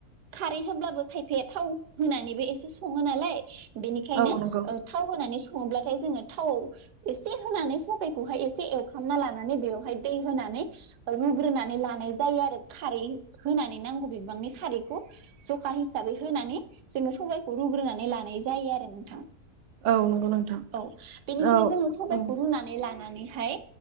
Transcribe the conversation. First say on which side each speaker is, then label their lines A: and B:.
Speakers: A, on the right; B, on the right.
A: ख--खारै होब्लाबो खायफाया थाव होनानैबो एसे सङो नालाय बेनिखायनो
B: औ नंगौ
A: ओ थाव होनानै स अनब्लाथाय जोङो थावआव एसे होनानै सबाइखौहाय एसे एवफ्रामना लानानै बेवहाय दै होनानै रुग्रोनानै लानाय जायो आरो खारै होनानै नांगौ बिबांनि खारैखौ जखा हिसाबै होनानै जोङो सबायखौ रुग्रोनानै लानाय जायो आरो नोंथां
B: औ नंगौ नोंथां
A: औ बेनिफ्राय
B: औ
A: जोङो सबायखौ
B: औ
A: रुनानै ला लानानैहाय